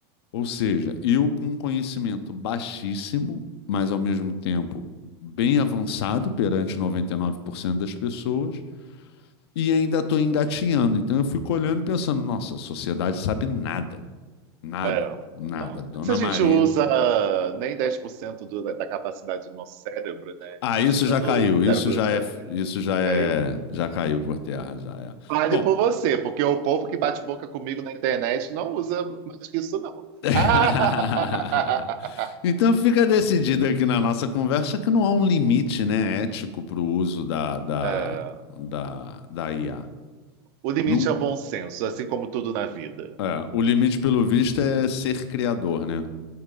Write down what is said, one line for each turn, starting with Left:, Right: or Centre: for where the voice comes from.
Left: Ou seja, eu com um conhecimento baixíssimo, mas ao mesmo tempo bem avançado perante 99% das pessoas, e ainda estou engatinhando. Então eu fico olhando e pensando, nossa, a sociedade sabe nada, nada,
Right: É,
Left: nada.
Right: total.
Left: Dona
Right: Se a gente
Left: Maria
Right: usa nem 10% do, da capacidade do nosso cérebro, né?
Left: Ah,
Right: Imagina
Left: isso já
Right: do
Left: caiu, isso
Right: cérebro
Left: já
Right: da-
Left: é, isso já é,
Right: caiu.
Left: já caiu por terra, já é.
Right: Fale
Left: Bom,
Right: por você, porque o povo que bate boca comigo na internet não usa mais que isso, não.
Left: <laughs>
Right: Ah! <laughs>
Left: então fica decidido aqui na nossa conversa que não há um limite, né, ético para o uso da, da,
Right: É,
Left: da, da IA.
Right: o limite
Left: Não,
Right: é o bom senso, assim como tudo na vida.
Left: é, o limite, pelo visto, é ser criador, né?